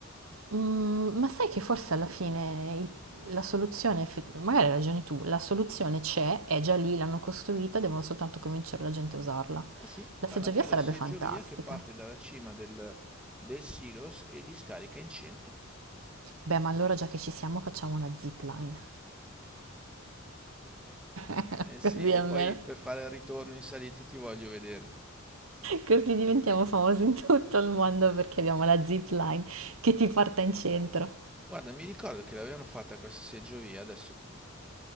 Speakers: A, on the right; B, in the centre.
A: mm, ma sai che forse alla fine il- la soluzione, effe- magari hai ragione tu, la soluzione c'è, è già lì, l'hanno costruita, devono soltanto convincere la gente a usarla.
B: Eh sì, fa
A: La seggiovia
B: una bella
A: sarebbe
B: seggiovia
A: fantastica.
B: che parte dalla cima del, del silos e li scarica in centro.
A: Beh, ma allora già che ci siamo facciamo una zipline. <laughs>
B: Eh sì,
A: Così
B: e
A: almeno,
B: poi per fare il ritorno in salita ti voglio vedere.
A: così diventiamo famosi in tutto il mondo perché abbiamo la zipline che ti porta in centro.
B: Guarda, mi ricordo che l'avevano fatta questa seggiovia, adesso